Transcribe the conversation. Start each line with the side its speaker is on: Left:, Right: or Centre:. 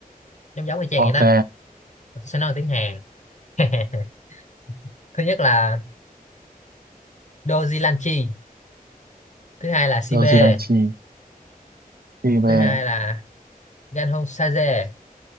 Left: giống giống y chang
Right: ok
Left: vậy đó Tôi sẽ nói tiếng Hàn <laughs> thứ nhất là Doji Lanchi thứ hai là Sibe
Right: đâu gì đang chi chi
Left: thứ
Right: về
Left: hai là Ganhong Saje